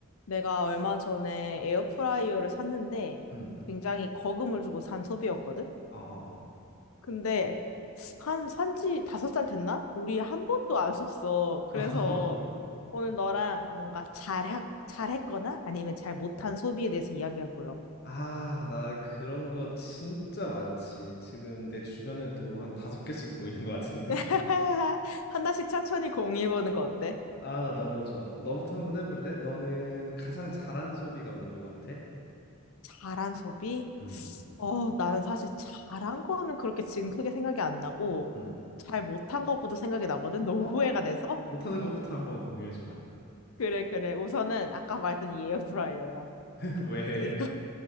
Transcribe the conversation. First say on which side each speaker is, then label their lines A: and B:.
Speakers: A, on the left; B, on the left.
A: 내가 얼마 전에 에어프라이어를 샀는데
B: 음.
A: 굉장히 거금을 주고 산 소비였거든?
B: 어, 어, 어.
A: 근데 한 산지 다섯 살 됐나? 우리 한 번도 안 썼어. 그래서
B: <laughs>
A: 오늘 너랑 뭔가 잘했, 잘했거나 아니면 잘 못한 소비에 대해서 이야기해 보려고.
B: 아, 나 그런 거 진짜 많지. 지금 내 주변에도 한 다섯 개씩 보이는 것 같은데?
A: <laughs> 하나씩 천천히 공유해 보는 거 어때?
B: <laughs> 아, 나 너무 좋아. 너부터 한번 해볼래? 너는 가장 잘한 소비가 뭔 것 같아?
A: 잘한 소비?
B: 음.
A: 어, 나는 사실 잘한 거는 그렇게 지금 크게 생각이 안 나고
B: 음.
A: 잘 못한 것보다 생각이 나거든? 너무
B: 어?
A: 후회가 돼서.
B: 못하는 것부터 한번 공유해주라.
A: 그래, 그래. 우선은 아까 말했던 이 에어프라이어야.
B: <laughs> 왜?
A: 이거,